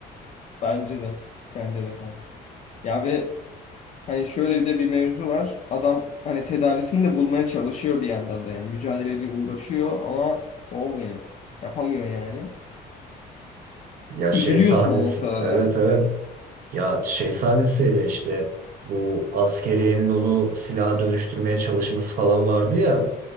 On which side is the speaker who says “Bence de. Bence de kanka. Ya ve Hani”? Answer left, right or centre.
Left